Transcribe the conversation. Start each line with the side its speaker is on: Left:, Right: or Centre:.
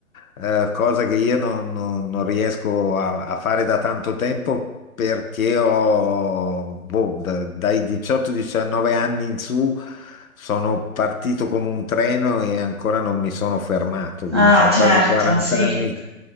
Left: eh, cosa che io non, non- non riesco a, a fare da tanto tempo perché ho, boh, da- dai 18-19 anni in su sono partito come un treno e ancora non mi sono fermato, quindi
Right: Ah,
Left: sono
Right: certo,
Left: quasi 40
Right: sì.
Left: anni